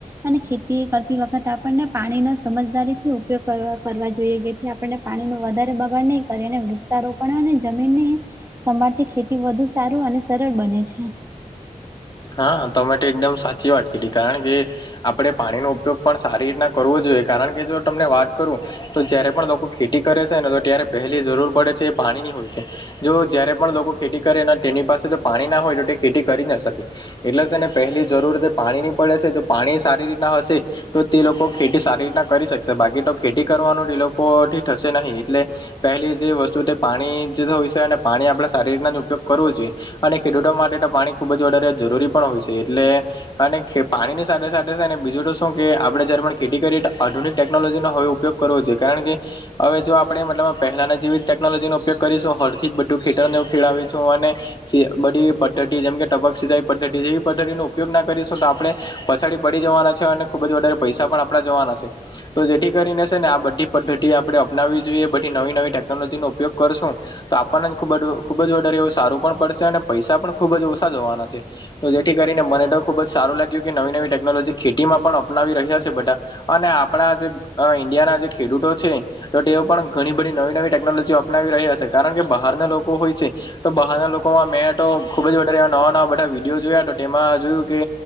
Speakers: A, on the right; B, on the left.
A: અને ખેતી કરતી વખતે આપણને પાણીનો સમજદારીથી ઉપયોગ કરવા કરવા જોઈએ. જેથી આપણને પાણીનો વધારે બગાડ નહીં કરીએ. અને વૃક્ષારોપણ અને જમીનને સંભાળતી ખેતી વધુ સારું અને સરળ બને છે.
B: હા તમે તો એકદમ સાચી વાટ કીધી કારણ કે આપણે પાણીનો ઉપયોગ પણ સારી રીતના કરવો જોઈએ. કારણ કે જો તમને વાત કરું તો જયારે પણ લોકો ખેતી કરે છે ને તો ત્યારે પહેલી જરૂર પડે છે. એ પાણીની હોય છે. જો જયારે પણ લોકો ખેતી કરે અને તેની પાસે જો પાણી ના હોય તો તે ખેતી કરી જ ન શકે. એટલે શેને પહેલી જરૂર તે પાણીની પડે છે. જો પાણી સારી રીતના હશે. તો તે લોકો ખેતી સારી રીતના કરી શકશે. બાકી તો ખેતી કરવાનો તે લોકોથી થશે નહી એટલે પહેલી જે વસ્તુ તે પાણી જ હોય છે. અને પાણી આપણે સારી રીતના જ ઉપયોગ કરવો જોઈએ. અને ખેડૂતો માટે તો પાણી ખુબ જ વધારે જરૂરી પણ હોય છે. એટલે અને ખે પાણીની સાથે સાથે શેને બીજું તો શું કે આપણે જયારે પણ ખેતી કરીએ આધુનિક ટેકનોલોજીનો હવે ઉપયોગ કરવો જોઈએ કારણ કે હવે જો આપણે મતલબ પહેલાના જેવી ટેકનોલોજીનો ઉપયોગ કરીશું હળથી જ બધું ખેતરને એવું ખેળવીશું અને બધી પદ્ધતિ જેમકે ટપક સિંચાઈ પદ્ધતિ જેવી પદ્ધતિનો ઉપયોગ ના કરીશું. તો આપણે પછાડી પડી જવાના છે. અને ખુબ જ વધારે પૈસા પણ આપડા જવાના છે. તો જેથી કરીને શેને આ બધી પદ્ધતિ આપણે અપનાવવી જોઈએ. બધી નવી નવી ટેકનોલોજીનો ઉપયોગ કરશું. તો આપણને ખૂબ જ ખુબ જ વધારે એવું સારું પણ પડશે અને પૈસા પણ ખુબ જ ઓછા જવાના છે. તો જેથી કરીને મને તો ખુબ જ સારું લાગ્યું કે નવી નવી ટેકનોલોજી ખેતીમાં પણ અપનાવી રહ્યા છે. બધા અને આપણા જે અ ઈન્ડિયાના જે ખેડૂતો છે. તો તેઓ પણ ઘણી બધી નવી નવી ટેકનોલોજી અપનાવી રહ્યા છે. કારણ કે બહારના લોકો હોય છે. તો બહારના લોકોમાં મેં તો ખુબ જ વધારે એવા નવા નવા બધા વિડીયો જોયા તેમાં જોયું કે